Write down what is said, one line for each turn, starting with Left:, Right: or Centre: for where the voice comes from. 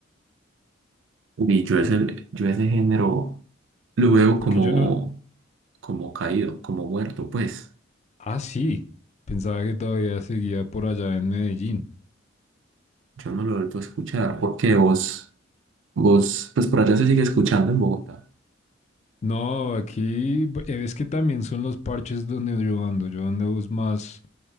Right: Y yo ese, yo ese género lo veo
Left: Porque
Right: como,
Left: yo no,
Right: como caído, como muerto, pues.
Left: Ah, sí. Pensaba que todavía seguía por allá en Medellín.
Right: Yo no lo he vuelto a escuchar porque vos, vos, pues por allá se sigue escuchando en Bogotá.
Left: No, aquí eh, es que también son los parches donde yo ando. Yo ando es más